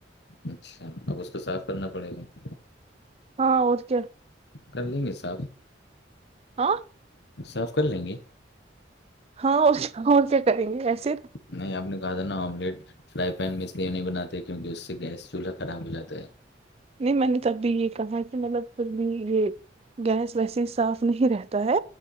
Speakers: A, on the left; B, on the right.
A: اچھا اب اس کو صاف کرنا پڑے گا
B: ہاں اور کیا
A: کر لیں گے صاف
B: ہاں
A: صاف کر لیں گے
B: ہاں اور کیا کریں گے ایسے
A: نہیں آپ نے کہا تھا نا آملیٹ فرائی پین میں اس لیے نہیں بناتے کیونکہ اس سے گیس چولہا خراب ہو جاتا ہے
B: نہیں میں نے تبھی یہ کہا کہ مطلب پھر بھی یہ گیس ویسے ہی صاف نہیں رہتا تا‌ہے